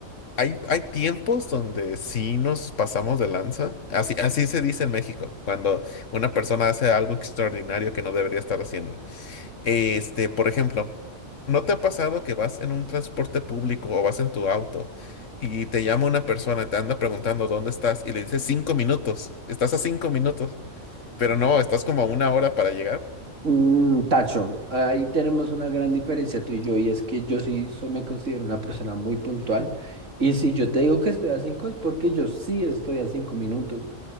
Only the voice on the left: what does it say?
hay, hay tiempos donde sí nos pasamos de lanza. Así, así se dice en México, cuando una persona hace algo extraordinario que no debería estar haciendo. Este, por ejemplo, ¿no te ha pasado que vas en un transporte público o vas en tu auto y te llama una persona, y te anda preguntando dónde estás y le dices cinco minutos? Estás a cinco minutos, pero no, estás como a una hora para llegar.